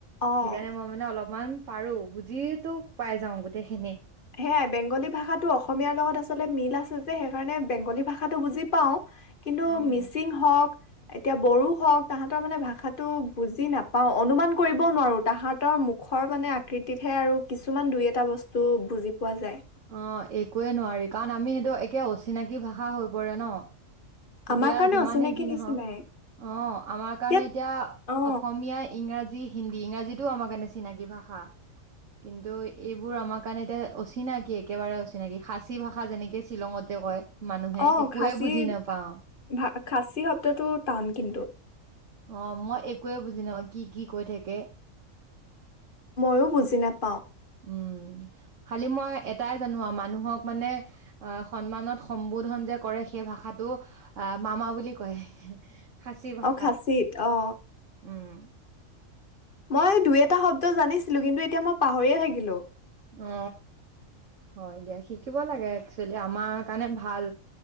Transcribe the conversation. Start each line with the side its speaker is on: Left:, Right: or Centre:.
Left: অ
Right: সেইকাৰণে মই মানে অলপমান পাৰো বুজি তো পাই যাওঁ গোটেইখিনি
Left: সেয়াই বেংগলী ভাষা ভাষাটো অসমীয়াৰ লগত আচলতে মিল আছে যে সেইকাৰণে বেংগলী ভাষাটো বুজি পাওঁ কিন্তু
Right: উম।
Left: মিচিং হওক এতিয়া বড়ো হওক তাহাঁতৰ মানে ভাষাটো বুজি নাপাওঁ অনুমান কৰিব নোৱাৰোঁ তাহাঁতৰ মুখৰ মানে আকৃতিতহে আৰু কিছুমান দুই এটা বস্তু বুজি পোৱা যায়
Right: অ একোৱে নোৱাৰি কাৰণ আমি সেইটো একে অচিনাকি ভাষা হৈ পৰে ন
Left: আমাৰ
Right: এতিয়া
Left: কাৰণে
Right: যিমানেই
Left: অচিনাকি
Right: যি
Left: নিচিনাই
Right: নহওক অ আমাৰ কাৰণে
Left: ইয়াত
Right: এতিয়া
Left: অ
Right: অসমীয়া ইংৰাজী হিন্দী ইংৰাজীটো আমাৰ কাৰণে চিনাকী ভাষা কিন্তু এইবোৰ আমাৰ কাৰণে এতিয়া অচিনাকি কি একেবাৰে অচিনাকি খাচী ভাষা যেনেকে শ্বিলঙতে কয় মানুহে
Left: অ
Right: একোৱে
Left: খাচী
Right: বুজি নাপাও
Left: ভ খাচী শব্দটো টান কিন্তু
Right: অ মই একোৱে বুজি নাপাওঁ কি কি কৈ থাকে
Left: মইয়ো বুজি নাপাওঁ
Right: উম খালি মই এটাই জানো মানুহক মানে আহ সন্মানত সম্বোধন যে কৰে সেই ভাষাটো আহ মামা বুলি কয় খাচী ভাষাত
Left: অ খাচিত অ
Right: উম
Left: মই দুই এটা শব্দ জানিছিলো কিন্তু এতিয়া মই পাহৰিয়ে থাকিলো
Right: অ হয় দিয়া শিকিব লাগে একচুৱেলি আমাৰ কাৰণে ভাল